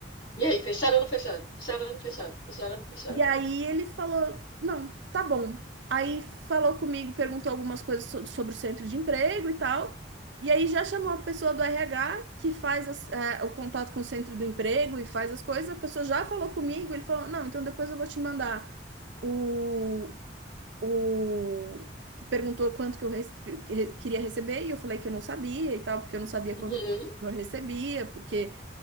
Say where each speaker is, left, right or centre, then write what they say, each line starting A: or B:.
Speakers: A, on the left; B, on the right.
A: E aí, fecharam ou não fecharam? Fecharam ou não fecharam? Fecharam ou não fecharam?
B: E aí ele falou: não, tá bom. Aí falou comigo, perguntou algumas coisas so- sobre o centro de emprego e tal. E aí já chamou a pessoa do RH que faz as- é, o contato com o centro do emprego e faz as coisas. A pessoa já falou comigo, ele falou: não, então depois eu vou te mandar o, o... Perguntou quanto que eu rece- que re- queria receber, e eu falei que eu não sabia e tal, porque eu não sabia
A: Uhum.
B: quanto que eu recebia, porque